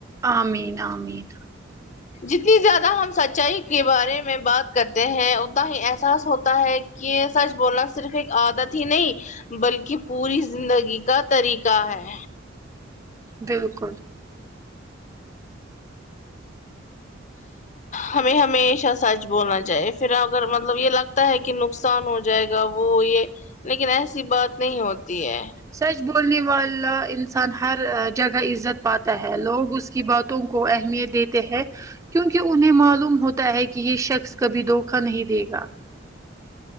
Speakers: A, on the right; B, on the left.
A: امین امین
B: جتنی زیادہ ہم سچائی کے بارے میں بات کرتے ہیں اتنا ہی احساس ہوتا ہے کہ یہ سچ بولنا صرف ایک عادت ہی نہیں بلکہ پوری زندگی کا طریقہ ہے
A: بالکل
B: ہمیں ہمیشہ سچ بولنا چاہیے پھر اگر مطلب یہ لگتا ہے کہ نقصان ہو جائے گا وہ یہ لیکن ایسی بات نہیں ہوتی ہے
A: سچ بولنے والا انسان انسان ہر جگہ عزت پاتا ہے لوگ اس کی باتوں کو اہمیت دیتے ہیں کیونکہ انہیں معلوم ہوتا ہے کہ یہ شخص کبھی دھوکا نہیں دے گا